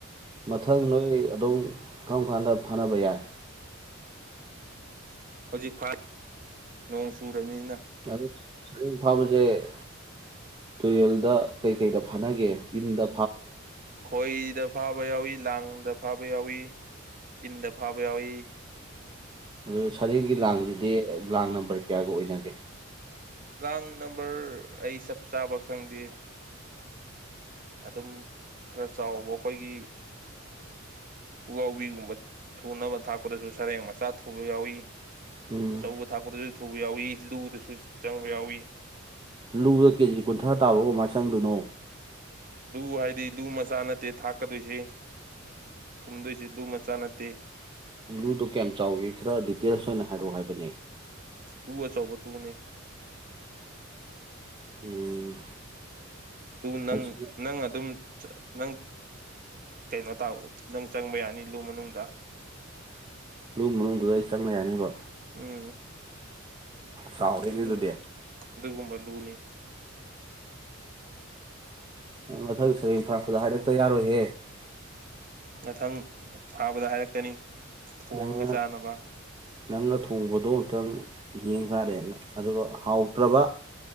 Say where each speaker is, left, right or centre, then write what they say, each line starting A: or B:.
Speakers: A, on the right (about 25°); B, on the right (about 45°).
A: ꯃꯊꯪ ꯅꯣꯏ ꯑꯗꯨꯝ ꯀꯔꯝ ꯀꯥꯟꯗ ꯐꯅꯕ ꯌꯥꯏ
B: ꯍꯧꯖꯤꯛ ꯐ ꯅꯣꯡ ꯆꯨ ꯄꯃꯤꯅ
A: ꯑꯗꯨ ꯁꯔꯦꯡ ꯐꯥꯕꯁꯦ ꯇꯨꯔꯦꯜꯗ ꯀꯩꯀꯩꯗ ꯐꯥꯅꯒꯦ ꯏꯟꯗꯥ
B: ꯈꯣꯏ ꯗꯐꯥꯕ ꯑꯣꯏꯏ ꯂꯥꯡꯗ ꯐꯥꯕ ꯌꯥꯎꯏꯤ ꯏꯟ ꯐꯥꯕ ꯌꯥꯏ
A: ꯎꯝ ꯁꯔꯦꯡꯒꯤ ꯂꯥꯡꯁꯤꯗꯤ ꯂꯥꯡ ꯅꯝꯕꯔ ꯀꯌꯥꯒ ꯑꯣꯏꯅꯒꯦ
B: ꯂꯥꯡ ꯅꯝꯕꯔ ꯑꯩ ꯆꯞ ꯆꯥꯕ ꯈꯪꯗꯦ ꯑꯗꯨꯝ ꯈꯔ ꯆꯥꯎꯕ ꯑꯩꯈꯣꯏꯒꯤ ꯄꯨꯂꯥꯎꯕꯤꯒꯨꯝꯕ ꯊꯨꯅꯕ ꯊꯥꯛꯄꯗꯁꯨ ꯁꯔꯦꯡ ꯃꯆꯥ ꯊꯨꯕ ꯌꯥꯎꯏꯤ
A: ꯎꯝ
B: ꯑꯆꯧꯕ ꯊꯥꯛꯄꯗꯁꯨ ꯊꯨꯕ ꯌꯥꯎꯏꯤ ꯂꯨꯗꯁꯨ ꯆꯪꯕ ꯌꯥꯎꯏ
A: ꯂꯨꯗ ꯀꯦꯖꯤ ꯀꯨꯟꯊ꯭ꯔꯥ ꯇꯥꯕ ꯀꯃꯥꯏꯅ ꯆꯪꯗꯣꯏꯅꯣ
B: ꯂꯨ ꯍꯥꯏꯗꯤ ꯂꯨ ꯃꯆꯥ ꯅꯠꯇꯦ ꯊꯥꯛꯀꯗꯣꯏꯁꯦ ꯊꯨꯝꯗꯣꯏꯁꯦ ꯂꯨ ꯃꯆꯥ ꯅꯠꯇꯦ
A: ꯕ꯭ꯂꯨꯗꯣ ꯀꯌꯥꯝ ꯆꯥꯎꯏꯤ ꯈꯔ ꯗꯤꯇꯦꯜꯁ ꯑꯣꯏꯅ ꯍꯥꯏꯔꯛꯑꯣ ꯍꯥꯏꯕꯅꯦ
B: ꯇꯨ ꯑꯆꯣꯕ ꯇꯨꯅꯦ
A: ꯎꯝ
B: ꯑꯗꯨ ꯅꯪ
A: ꯑꯁꯤꯗ
B: ꯅꯪ ꯑꯗꯨꯝ ꯅꯪ ꯀꯩꯅꯣ ꯇꯥ ꯅꯪ ꯆꯪꯕ ꯌꯥꯅꯤ ꯂꯨ ꯃꯅꯨꯡꯗ
A: ꯂꯨ ꯃꯅꯨꯡꯗꯨꯗ ꯑꯩ ꯆꯪꯕ ꯌꯥꯅꯤꯕ
B: ꯎꯝ
A: ꯆꯥꯎꯔꯦꯅꯦ
B: ꯑꯗꯨ
A: ꯑꯗꯨꯗꯤ
B: ꯑꯗꯨꯒꯨꯝꯕ ꯂꯨꯅꯤ
A: ꯃꯊꯪ ꯁꯔꯤ ꯐꯥꯔꯛꯄꯗ ꯍꯥꯏꯔꯛꯇ ꯌꯥꯔꯣꯏꯍꯦ
B: ꯃꯊꯪ ꯊꯥꯕꯗ ꯍꯥꯏꯔꯛꯀꯅꯤ ꯊꯣꯡꯉꯒ
A: ꯅꯪꯅ
B: ꯆꯥꯅꯕ
A: ꯅꯪꯅ ꯊꯣꯡꯕꯗꯣ ꯑꯃꯇꯪ ꯌꯦꯡ ꯇꯥꯔꯦꯅ ꯑꯗꯨꯒ ꯍꯥꯎꯇ꯭ꯔꯕ